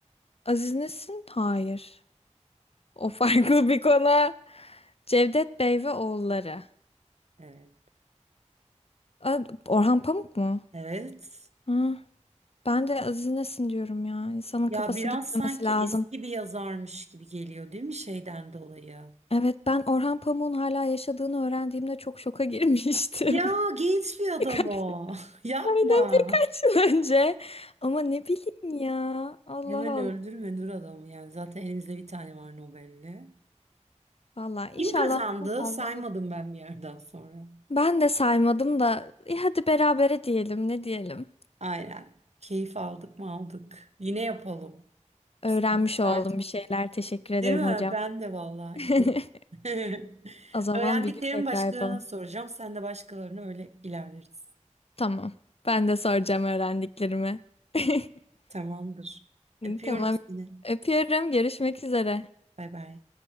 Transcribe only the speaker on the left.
Aziz Nesin? Hayır. O farklı bir konu. Cevdet Bey ve Oğulları.
Aa, Orhan Pamuk mu?
Hı. Ben de Aziz Nesin diyorum ya. İnsanın
kafası
gitmemesi
lazım.
Evet ben Orhan Pamuk'un hala yaşadığını öğrendiğimde çok şoka girmiştim.
<laughs>
Birkaç-
Aynen birkaç yıl önce. Ama ne bileyim ya. Allah
Allah.
Valla inşallah
daha fazla
olur.
Ben de saymadım da e, hadi berabere diyelim ne diyelim.
Öğrenmiş
oldum
bir şeyler. Teşekkür ederim
hocam.
<laughs>
O zaman
bir gün tekrar
yapalım.
Tamam. Ben de soracağım öğrendiklerimi. <laughs>
Tamam.
Öpüyorum. Görüşmek üzere.